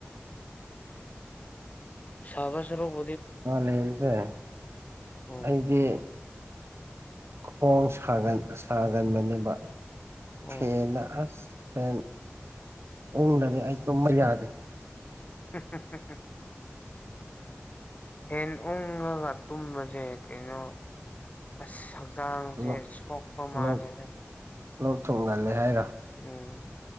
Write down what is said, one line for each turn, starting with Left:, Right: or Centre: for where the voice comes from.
Left: ꯁꯥꯗ ꯁꯔꯨꯞ
Right: ꯃꯥꯂꯁꯦ
Left: ꯎꯝ
Right: ꯑꯩꯗꯤ ꯈꯣꯡ ꯁꯥꯒ ꯁꯥꯒꯟꯕꯅꯦꯕ
Left: ꯎꯝ
Right: ꯐꯦꯗ ꯑꯁ ꯐꯦꯟ ꯎꯪꯗꯗꯤ ꯑꯩ ꯇꯨꯝꯕ ꯌꯥꯗꯦ
Left: ꯍ ꯍ ꯍ ꯍꯦꯟ ꯎꯉꯒ ꯇꯨꯝꯕꯁꯦ ꯀꯩꯅꯣ ꯑꯁ ꯆꯥꯡꯁꯦ
Right: ꯂꯣꯛ
Left: ꯁꯣꯛꯄ ꯃꯥꯅꯦꯗ
Right: ꯂꯣꯛ ꯂꯣꯛ ꯊꯨꯡ ꯉꯜꯂꯦ ꯍꯥꯏꯔꯣ
Left: ꯎꯝ